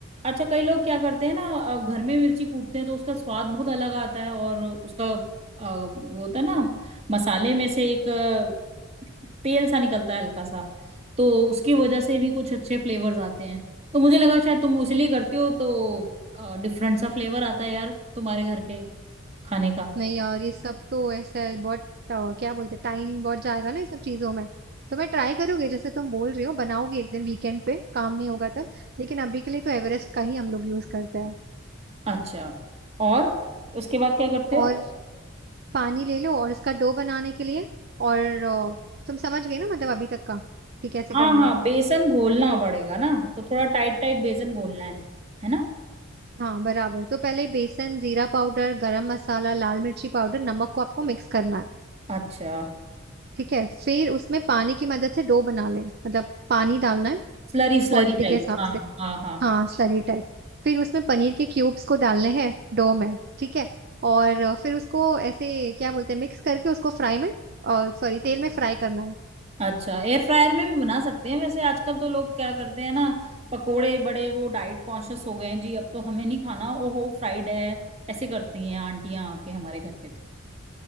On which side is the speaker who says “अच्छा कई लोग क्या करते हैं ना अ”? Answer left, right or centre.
Right